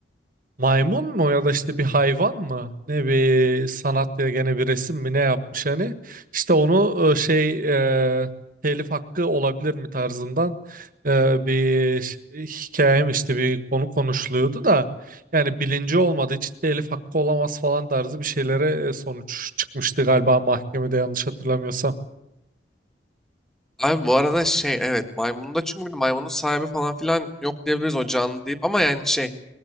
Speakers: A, on the right; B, in the centre.
A: Maymun mu ya da işte bir hayvan mı? Ne bir sanat ya gene bir resim mi ne yapmış hani? İşte onu e, şey e, telif hakkı olabilir mi tarzından e, bir ş- hikayem işte bir konu konuşuluyordu da yani bilinci olmadığı için telif hakkı olamaz falan tarzı bir şeylere e, sonuç çıkmıştı galiba mahkemede yanlış hatırlamıyorsam.
B: Abi bu arada şey evet maymunda çünkü bir de maymunun sahibi falan filan yok diyebiliriz o canlı deyip ama yani şey